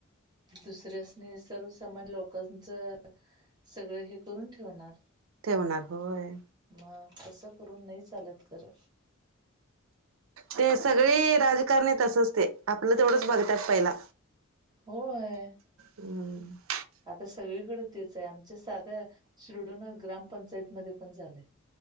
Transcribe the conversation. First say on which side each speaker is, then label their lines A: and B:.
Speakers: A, on the right (about 20°); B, on the right (about 65°).
A: दुसऱ्यासनी सर्वसामान्य लोकांचं सगळं हे करून ठेवणार.
B: ठेवणार होय
A: मग असं करून नाही चालत खर.
B: ते सगळी राजकारणी तसच ते आपलं तेवढंच बघतात पहिला
A: होय.
B: हम्म.
A: आता सगळीकड तेच हाय, आमच्या साध शिरडोन ग्रामपंचायतमध्ये पण झालयं.